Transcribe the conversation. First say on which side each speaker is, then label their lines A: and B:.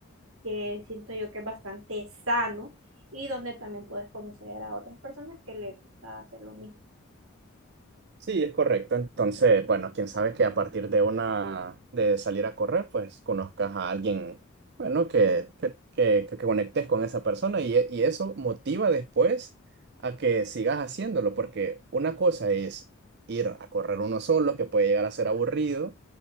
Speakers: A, on the right; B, on the right.
A: que siento yo que es bastante sano y donde también puedes conocer a otras personas que les gusta hacer lo mismo.
B: Sí, es correcto. Entonces, bueno, quién sabe que a partir de una, de salir a correr, pues conozcas a alguien, bueno, que, que, que, que conectes con esa persona y, e- y eso motiva después a que sigas haciéndolo, porque una cosa es ir a correr uno solo, que puede llegar a ser aburrido,